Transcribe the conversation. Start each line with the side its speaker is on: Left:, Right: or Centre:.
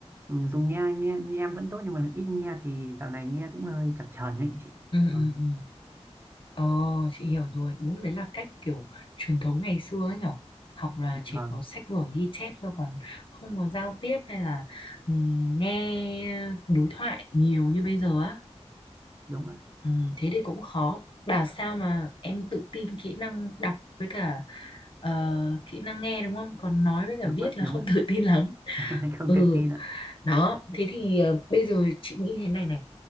Right: ừ, dùng nghe, nghe nghe em vẫn tốt nhưng mà ít nghe thì dạo này nghe cũng hơi chập chờn đấy chị
Left: ừ, ừ.
Right: đó.
Left: ừ. Ờ, chị hiểu rồi. Đúng đấy là cách kiểu truyền thống ngày xưa ấy nhở. Học là
Right: vâng
Left: chỉ có sách vở ghi chép thôi còn không có giao tiếp hay là ừm, nghe đối thoại nhiều như bây giờ á.
Right: đúng ạ
Left: Ừ, thế thì cũng khó. Bảo sao mà em tự tin kỹ năng đọc với cả ờ, kỹ năng nghe đúng không? Còn nói với cả
Right: đúng
Left: viết
Right: ạ
Left: là
Right: đúng
Left: không
Right: ạ
Left: <laughs> tự tin lắm.
Right: <laughs> không
Left: Ừ,
Right: tự tin ạ
Left: đó. Thế thì ờ, bây giờ chị nghĩ thế này này.